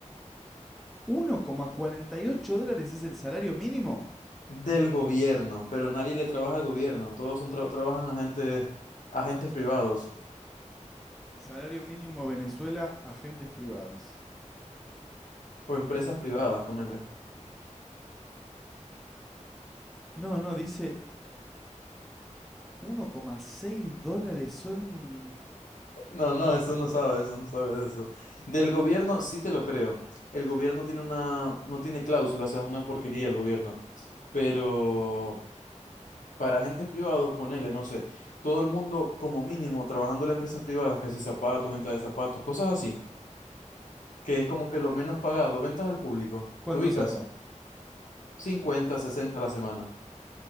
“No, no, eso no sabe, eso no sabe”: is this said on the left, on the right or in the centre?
Left